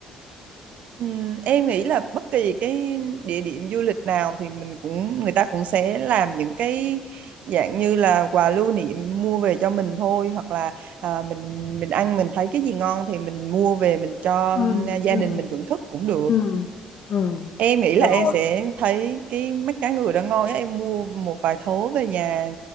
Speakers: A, on the right (about 55°); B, on the left (about 50°).
A: Ừm, em nghĩ là bất kỳ cái địa điểm du lịch nào thì mình cũng người ta cũng sẽ làm những cái dạng như là quà lưu niệm mua về cho mình thôi hoặc là à, mình mình ăn mình thấy cái gì ngon thì mình mua về mình cho
B: Ừ
A: ừm, gia
B: ừ
A: đình mình thưởng thức cũng được
B: ừ Ừm,
A: em nghĩ là
B: rồi.
A: em sẽ thấy cái mắt cá ngừ đó ngon á em mua một vài thố về nhà